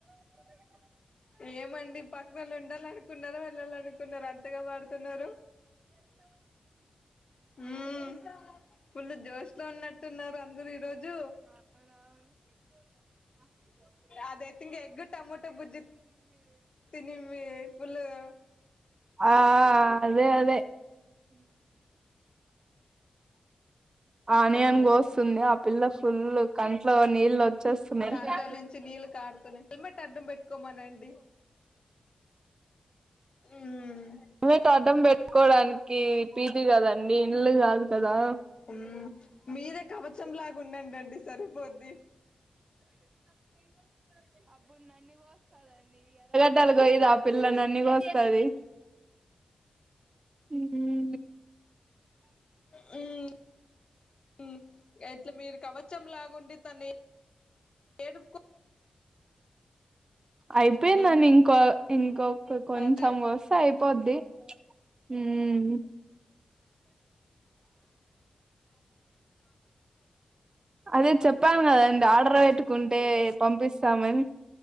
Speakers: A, on the left; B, on the right.
A: ఏమండీ పక్కవాళ్లు ఉండాలనుకుంన్నారా వెళ్లారనుకుంన్నారా అంతగా పాడుతున్నారు మ్ ఫుల్ జోష్‌లో ఉన్నట్టు ఉన్నారు అందరూ ఈరోజు అది అయితే ఎగ్ టమాటో బుర్జీ తిను మే ఫుల్ గా
B: ఆ అదే అదే ఆనియన్
A: కానీ
B: కోస్తుంది ఆ పిల్ల ఫుల్ కంట్లో నీళ్ళు వచ్చేస్తున్నాయి
A: కాంట్లో నుంచి నీళ్ళు కాడుతున్నా హెల్మెట్ అడ్డం పెట్టుకోమనండి మ్
B: హెల్మెట్ అడ్డం పెట్టుకోడానికి పీజీ కదండి ఇల్లు కాదు కదా
A: మ్మ్ మీరే కవచం లాగా ఉండండండి సరిపోద్ది
B: ఎర్రగడ్డలు కోయాదు ఆ పిల్లా నన్నీ కోస్తది హ్మ్
A: మ్ మ్ ఎట్లా మీరు కవచంలాగుండి తనే ఏడుపుకో
B: అయిపోయిందండి
A: అ
B: ఇంకో ఇంకొక కొంచెం
A: అదే
B: కోస్తే అయిపోద్ది మ్మ్ అదే చెప్పాను కదండి ఆర్డర్ పెట్టుకుంటే పంపిస్తామని